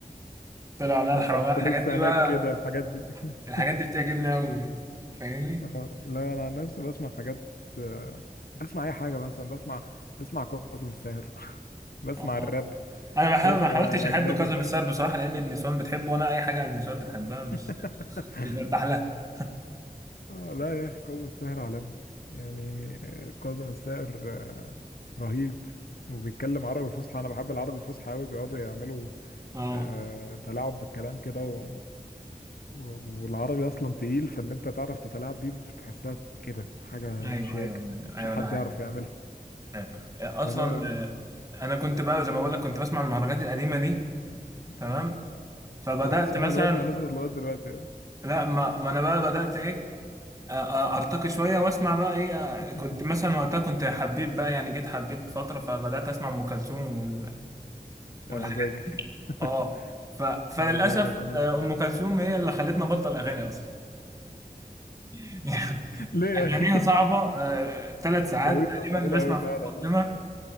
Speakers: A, on the right; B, on the left.
A: طلعوا عليها الحرامية
B: انت انت
A: الحاجات
B: لسه
A: دي
B: هناك
A: بقى
B: كده الحاجات دي <laughs>
A: الحاجات دي بتعجبني قوي فاهمني؟
B: آه، لا انا عن نفسي بسمع حاجات آه، بسمع اي حاجه مثلا بسمع بسمع كاظم الساهر <laughs> بسمع
A: اه اه
B: الراب
A: انا بحاول
B: بسمع
A: ما حاولتش
B: الاجنبي
A: احب كاظم الساهر بصراحة لان النسوان بتحبه وانا اي حاجة النسوان بتحبها
B: <laughs>
A: مش مش برتاح لها
B: آه لا يا أخي كاظم الساهر عالمي يعني آه، كاظم الساهر آه، رهيب وبيتكلم عربي فصحى أنا بحب العربي الفصحى أوي بيقعدوا يعملوا
A: اه
B: آه، تلاعب بالكلام كده و... و- والعربي أصلا تقيل فإن أنت تعرف تتلاعب بيه بتحسها كده حاجة
A: ايوه
B: شياكة
A: ايوه
B: مش
A: ايوه
B: حد
A: ده حقيقي
B: يعرف يعملها
A: ايوه اصلا
B: فلا لا
A: آه، انا كنت بقى زي ما بقول لك كنت بسمع المهرجانات القديمة دي تمام
B: آه.
A: فبدأت
B: أنت كنت صاحي
A: مثلا
B: من وقت ما نزلت لغاية دلوقتي آه.
A: لا ما, ما انا بقى بدأت ايه أ- أ- ارتقي شويه واسمع بقى ايه
B: <laughs>
A: أ- كنت مثلا وقتها كنت حبيت بقى يعني جيت حبيت فتره فبدات اسمع ام كلثوم وال- والحاجات
B: يا مزاجك
A: دي
B: <laughs>
A: اه ف... فللاسف
B: يا مزاجك والله
A: آه، ام كلثوم هي اللي خلتنا نبطل اغاني اصلا <laughs>
B: ليه يا
A: يعني
B: اخي
A: اغانيها صعبه ثلاث
B: <laughs>
A: ساعات
B: طويلة
A: تقريبا
B: طويلة
A: بسمع
B: أوي
A: في
B: فعلا
A: مقدمه
B: آه.